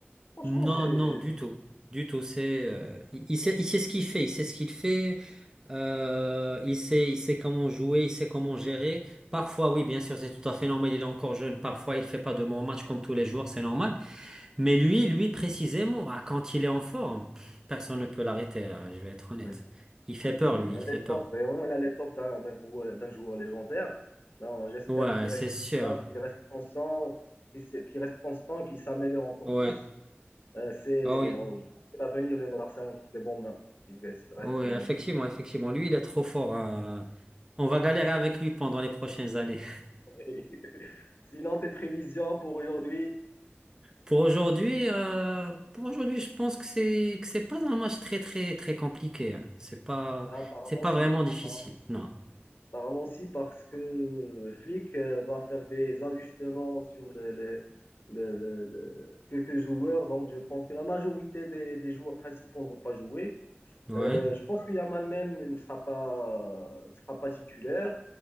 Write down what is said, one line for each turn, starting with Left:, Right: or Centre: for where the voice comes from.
Left: Franchement,
Right: Non,
Left: c'est.
Right: non, du tout. Du tout. C'est, euh, il, il sait, il sait ce qu'il fait. Il sait ce qu'il fait. euh, il sait, il sait comment jouer. Il sait comment gérer. Parfois, oui, bien sûr, c'est tout à fait normal. Il est encore jeune. Parfois, il fait pas de bons matchs comme tous les joueurs. C'est normal. Mais lui, lui, précisément, ah, quand il est en forme, pff, personne ne peut l'arrêter. là, je vais être honnête.
Left: Oui,
Right: Il fait peur,
Left: Oui,
Right: lui.
Left: il
Right: Il
Left: a
Right: fait
Left: l'étoffe,
Right: peur.
Left: vraiment, il a l'étoffe d'un d'un gros- d'un joueur légendaire. Là, on- j'espère
Right: Ouais,
Left: qu'il reste,
Right: c'est sûr.
Left: qu'il reste constant, qu'il s- qu'il reste constant, qu'il s'améliore encore
Right: Ouais.
Left: plus. Euh, c'est
Right: Ah oui.
Left: on- je pense que l'avenir de Barça est entre de bonnes mains, s'il s'il reste
Right: Oui,
Left: en...
Right: effectivement, effectivement. Lui, il est trop fort. hein. On va galérer avec lui pendant les prochaines années.
Left: <laughs> Sinon, tes prévisions pour aujourd'hui,
Right: Pour aujourd'hui, euh, pour aujourd'hui, je pense que c'est que c'est pas un match très très très compliqué. hein. C'est pas
Left: là, apparemment,
Right: c'est pas
Left: si,
Right: vraiment difficile.
Left: apparemment, si
Right: Non.
Left: Apparemment, si, parce que le Flick euh, va faire des ajustements sur le, le- le- le- le- quelques joueurs. Donc, je pense que la majorité des, des joueurs principaux ne vont pas jouer.
Right: Ouais.
Left: Euh, je pense que Yamal même ne sera pas, ne sera pas titulaire.